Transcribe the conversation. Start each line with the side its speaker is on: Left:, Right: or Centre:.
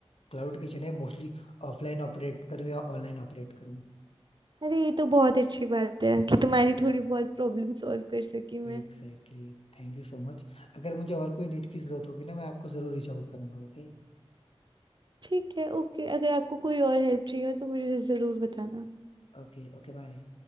Left: क्लाउड किचन है मोस्टली ऑफलाइन ऑपरेट करूं या ऑनलाइन ऑपरेट करूं
Right: अरे ये तो बहुत अच्छी बात है कि तुम्हारी थोड़ी बहुत प्रॉब्लम सॉल्व कर सकी मैं
Left: Exactly Thank you so much अगर मुझे और कोई नीड की जरूरत होगी ना मैं आपको जरूर रीच आउट करूंगा ओके
Right: ठीक है ओके अगर आपको कोई और हेल्प चाहिए हो तो मुझे ज़रूर बताना
Left: ओके ओके बाय